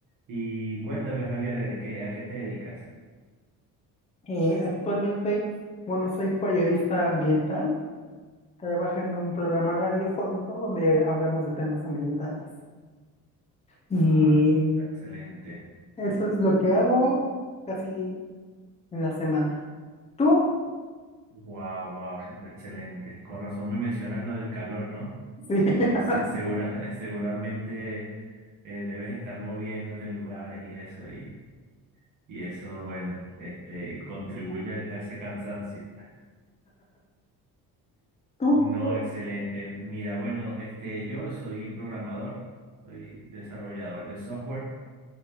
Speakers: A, on the right; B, on the left.
A: Y cuéntame, Javier, ¿a qué, a qué te dedicas?
B: Eh, actualmente, bueno, soy periodista ambiental, trabajo en un programa radiofónico donde hablamos de temas ambientales. Y
A: Ah, está excelente.
B: eso es lo que hago casi en la semana. Tú,
A: Guau, guau, eso está excelente. Con razón me mencionas lo del calor, ¿no?
B: sí, <laughs>
A: Como se- segura, <laughs> seguramente eh, debes estar moviéndote en lugares y eso, y, y eso, bueno, este, contribuye al- a ese cansancio.
B: tú,
A: No,
B: tú,
A: excelente. Mira, bueno, este, yo soy programador, soy desarrollador de software.